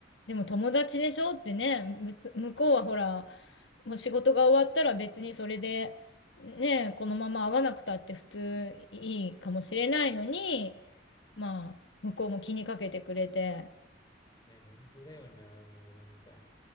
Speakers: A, on the left; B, on the left.
A: でも友達でしょってね、むつ向こうはほら、もう仕事が終わったら別にそれで、ね、このまま会わなくたって普通いいかもしれないのに、まあ、向こうも気にかけてくれて、
B: いや、ほんとだよね、もうなんか。